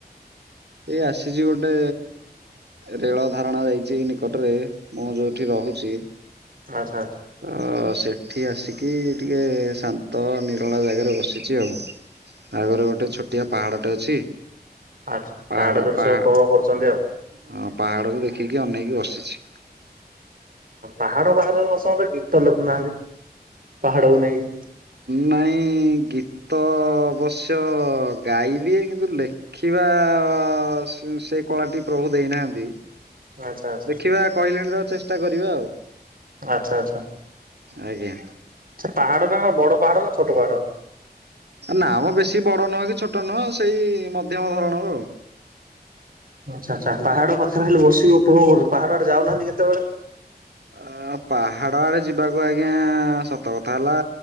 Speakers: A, on the right; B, on the right.
A: ଏଇ ଆସିଛି ଗୋଟେ ରେଳ ଧାରଣା ଯାଇଛି ଏଇ ନିକଟରେ ମୁଁ ଯୋଉଠି ରହୁଛି।
B: ଆଚ୍ଛା। ଆଚ୍ଛା
A: ଅ ସେଠି ଆସିକି ଟିକେ ଶାନ୍ତ ନିରଳା ଜାଗାରେ ବସିଛି ଆଉ। ଆଗରେ ଗୋଟେ ଛୋଟିଆ ପାହାଡଟେ ଅଛି।
B: ଆଚ୍ଛା
A: ପାହାଡ
B: ଦୃଶ୍ୟ
A: ପାହା
B: ଉପଭୋଗ କରୁଛନ୍ତି
A: ହ
B: ଆଉ।
A: ପାହାଡକୁ ଦେଖି କିଏ ଅନେଇକି ବସିଛି।
B: ପାହାଡ ବାହାରେ ବାସନ୍ତେ ଗୀତ ଲେଖୁନାହାନ୍ତି ପାହାଡକୁ ନେଇକି।
A: ନାଇଁ ଗୀତ ଅବଶ୍ୟ ଗାଇବି କିନ୍ତୁ ଲେଖି ବା ସେ କଳାଟି ପ୍ରଭୁ ଦେଇନାହାନ୍ତି।
B: ଆଚ୍ଛା ଆଚ୍ଛା
A: ଦେଖିବା କହିଲେଣି ତ ଚେଷ୍ଟା କରିବା ଆଉ।
B: ଆଚ୍ଛା ଆଚ୍ଛା ଆଚ୍ଛା
A: ଆଜ୍ଞା
B: ସେ ପାହାଡଟା ବଡ ପାହାଡ ନା ଛୋଟ ପାହାଡ?
A: ନାଁ ମ ବେଶୀ ବଡ ନୁହେଁ କି ଛୋଟ ନୁହଁ ସେଇ ମଧ୍ୟମ ଧରଣର ଅଉ।
B: ଆଚ୍ଛା ଆଚ୍ଛା ପାହାଡ ପାଖରେ ହେଲେ ବସିକି ଉପଭୋଗ କରୁଛନ୍ତି, ପାହାଡ ଆଡେ ଯାଉନାହାନ୍ତି କେତେବେଳେ?
A: ଆ ପାହାଡ ଆଡେ ଯିବାକୁ ଆଜ୍ଞା ସତ କ ଥା ହେଲା